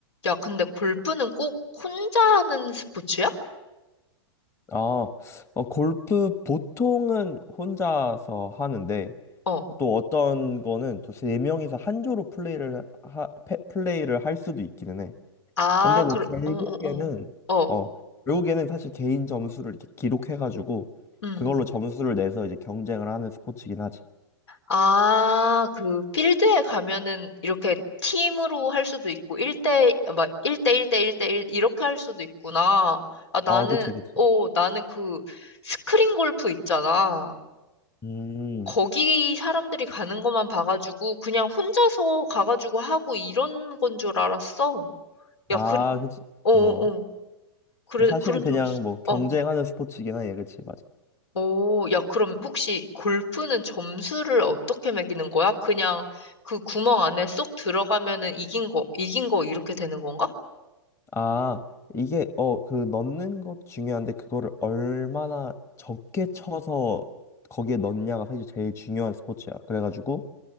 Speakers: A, on the left; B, on the left.
A: 야, 근데 골프는 꼭 혼자 하는 스포츠야?
B: 아, 어, 골프 보통은 혼자서 하는데
A: 어.
B: 또 어떤 거는 또 세 명이서 한 조로 플레이를 하, 패- 플레이를 할 수도 있기는 해.
A: 아,
B: 근데 뭐
A: 그,
B: 결국에는
A: 어, 어, 어. 어,
B: 어 결국에는 사실 개인 점수를 이렇게 기록해가지고
A: 음.
B: 그걸로 점수를 내서 이제 경쟁을 하는 스포츠긴 하지.
A: 아, 그, 필드에 가면은 이렇게 팀으로 할 수도 있고, 1대, 막, 1대 1대 1대 1 이렇게 할 수도 있구나. 아, 나는,
B: 아, 그치, 그치.
A: 어, 나는 그, 스크린 골프 있잖아.
B: 음,
A: 거기 사람들이 가는 것만 봐가지고, 그냥 혼자서 가가지고 하고 이런 건 줄 알았어.
B: 아,
A: 야, 그,
B: 그치.
A: 어, 어,
B: 어,
A: 어. 그래,
B: 사실은
A: 그런
B: 그냥
A: 줄 알았어.
B: 뭐 경쟁하는
A: 어.
B: 스포츠긴 하얘 그치, 맞아.
A: 오, 야, 그럼 혹시 골프는 점수를 어떻게 매기는 거야? 그냥 그 구멍 안에 쏙 들어가면은 이긴 거, 이긴 거 이렇게 되는 건가?
B: 아, 이게 어 그 넣는 것 중요한데 그거를 얼마나 적게 쳐서 거기에 넣냐가 사실 제일 중요한 스포츠야. 그래가지고